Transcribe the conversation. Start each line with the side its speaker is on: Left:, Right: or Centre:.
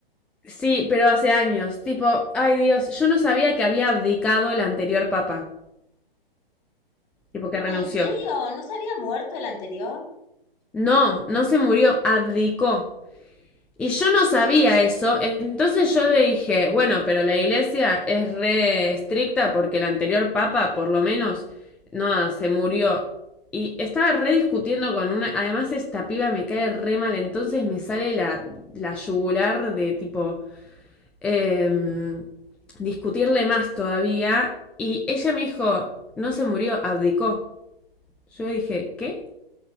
Centre: Sí, pero hace años, tipo, ay Dios, yo no sabía que había abdicado el anterior Papa, tipo que
Left: Ah,
Centre: renunció.
Left: ¿en serio? ¿No se había muerto el anterior?
Centre: No, no se murió, abdicó. Y yo no sabía eso, entonces yo le dije, bueno, pero la iglesia es re estricta porque el anterior papa, por lo menos, nada, se murió. Y estaba re discutiendo con una, además esta piba me cae re mal, entonces me sale la, la yugular de tipo, eh, discutirle más todavía. Y ella me dijo, no se murió, abdicó. Yo dije, ¿qué?